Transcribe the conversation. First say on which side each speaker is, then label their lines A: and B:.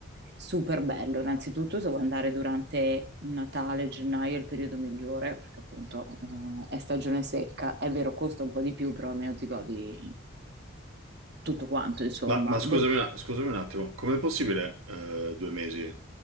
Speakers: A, on the right; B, on the right.
A: super bello. Innanzitutto, se vuoi andare durante Natale, gennaio è il periodo migliore, perché appunto, eh, è stagione secca. È vero, costa un po' di più, però almeno ti godi tutto quanto, insomma.
B: Ma, ma scusami,
A: Vor-
B: un- scusami un attimo, com'è possibile eh, due mesi?